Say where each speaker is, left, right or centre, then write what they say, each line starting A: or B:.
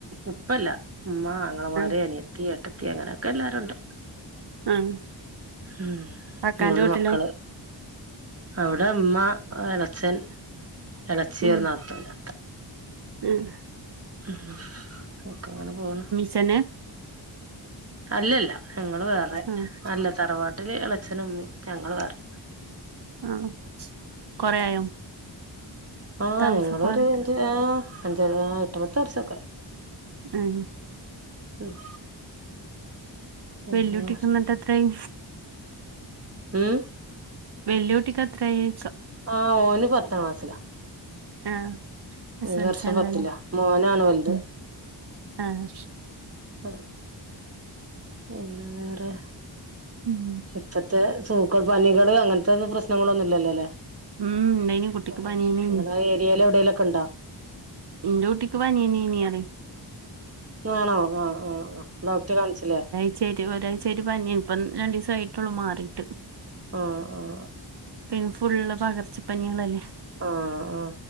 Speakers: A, on the right; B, on the right.
A: ഉപ്പല്ല ഉമ്മ അങ്ങളമാര്
B: ആഹ്
A: അനിയ ത്തീ ഏട്ടത്തി അങ്ങനൊക്കെ എല്ലരുണ്ട്.
B: ആഹ്
A: ഉം
B: കാക്കാന്റെ
A: മൂന്ന്
B: വീട്ടിലോ
A: മക്കള്. അവിടെ ഉമ്മ എളച്ചൻ എളച്ചി
B: ഉം
A: ഒരു നാത്തൂന്.
B: ഉം
A: ഉം <unintelligible> പോണ്
B: ചെന്നെ
A: അല്ലല്ല ഞങ്ങള് വേറെ
B: ആഹ്
A: അല്ല തറവാട്ടില് ഇളച്ചനമ്മയും ഞങ്ങള് വേറെ
B: ആഹ് കൊറേയായോ
A: ആ
B: താമസം
A: ഞങ്ങളൊരു
B: മാറിട്ട്
A: അഞ്ച് ആഹ് അഞ്ച ആറ് എട്ട്പത്ത് വർഷൊക്കായി
B: ഉം
A: ഉം പിന്നെ
B: വെല്ലുട്ടിക്കന്നിട്ട് എത്രായി?
A: ഉം
B: വെല്ല്യൂട്ടിക്ക്‌ എത്രായിക്കാ
A: ആ ഓന് പത്താം ക്ലാസ്സിലാ
B: ആഹ് എസ്
A: ഈ
B: എൽ
A: വർഷം
B: സി ആണല്ലോല്ലേ
A: പത്തിലാ മോനാണ് വലുത്
B: ഉം ആഹ്
A: ആ പിന്നെ വേറെ
B: ഉം
A: ഇപ്പത്തെ സൂക്കട് പനികള് അങ്ങനത്തൊന്നും പ്രശ്നങ്ങളൊന്നും ഇല്ലല്ലോ ല്ലേ?
B: ഉം ഇണ്ടേനി കുട്ടിക്ക്
A: ആ
B: പനിയേനേനി
A: നിങ്ങളെ ആ ഏരിയേല് എവിടേലൊക്കെ ഉണ്ടോ?
B: എൻറ്റൂട്ടിക്ക്‌ പനിയതന്നെന്നെയാണ്
A: ആണോ ആഹ് ആഹ് ഡോക്ടറെ കാണിച്ചില്ലേ?
B: ഒരാഴ്ച ആയിട്ട് പനിയാണ് ഇപ്പം രണ്ടു ദിവസം ആയിട്ടുള്ളൂ മാറിയിട്ട്
A: ആഹ് ആഹ്
B: പിന്നെ ഫുള്ള് പകർച്ചപ്പനികളല്ലേ
A: ആ ആ